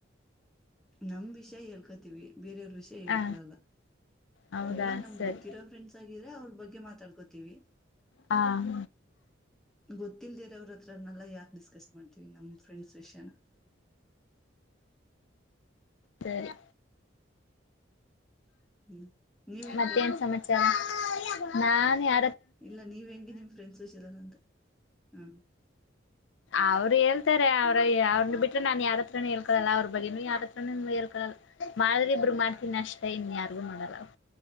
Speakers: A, in the centre; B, on the left.
A: ನಮ್ ವಿಷಯ ಹೇಳ್. ವಿ ಬೇರೆಯವ್ರ ವಿಷಯ ಹೇಳ್ಕಡಲ್ಲ
B: ಹಾ ಹೌದಾ
A: ತುಂಬಾ ನಮ್
B: ಸರಿ
A: ಗೊತ್ತಿರೋ ಫ್ರೆಂಡ್ಸ್ ಆಗಿದ್ರೆ ಅವ್ರ. ಬಗ್ಗೆ ಮಾತಾಡ್ಕೋತೀವಿ.
B: ಹ ಹ.
A: ಗೊತ್ತಿಲ್ದಿರ ಅವ್ರ ಹತ್ರನೆೆಲ್ಲ ಯಾಕೆ ಡಿಸ್ಕಸ್ ಮಾಡ್ತೀವಿ ನಮ್ ಫ್ರೆಂಡ್ಸ್ ವಿಷಯನ.
B: ಸರಿ.
A: ಹ್ಮ್ ನೀವ್ ಹೆಂಗೆ
B: ಮತ್ತೇನ್ ಸಮಾಚಾರ ನಾನ್ ಯ.
A: ಇಲ್ಲ ನೀವ್ ಹೆಂಗೆ ನಿಮ್ ಫ್ರೆಂಡ್ಸ್ ಹಚದಾನಂತೆ ಹ.
B: ಅವ್ರು ಹೇಳ್ತಾರೆ ಅವ್ರ ಅವ್ರನ್ನ ಬಿಟ್ರೆ ನಾನ್ ಯಾರತ್ರನೇ ಹೇಳ್ಕಳಲ್ಲ ಅವ್ರ ಬಗ್ಗೆನು ಯತ್ರ ಹೇಳ್ಕಲ್ಲ. ಮಾಡ್ರೆ ಇಬರು ಮಾಡ್ತೀನಿ ಅಷ್ಟ ಇನ್ ಯಾರಿಗು ಮಾಡಲ್ಲ.